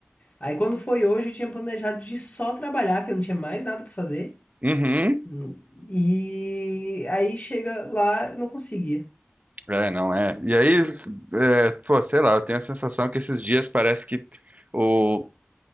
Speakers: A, on the left; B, on the right.
A: Aí quando foi hoje, eu tinha planejado de só trabalhar, que eu não tinha mais nada pra fazer.
B: uhum.
A: Hum, E aí chega lá, eu não conseguia.
B: É, não é. E aí, é, pô, sei lá, eu tenho a sensação que esses dias parece que o